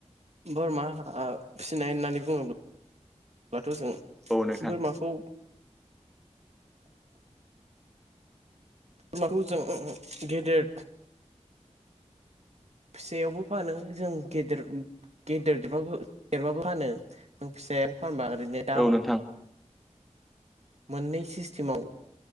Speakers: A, on the right (about 60°); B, in the centre.
A: बोरमा ओ फिनाय होननानै बुङोब्लाथ' जों
B: औ नोंथां
A: बोरमाखौ बोरमाखौ जों गेदेर फिसायावबो फानो जों गेदेर गेदेर देरबाबो देरबाबो फानो फिसायानो फानबा ओरैनो दा
B: औ नोंथां
A: मोननै सिस्टेमाव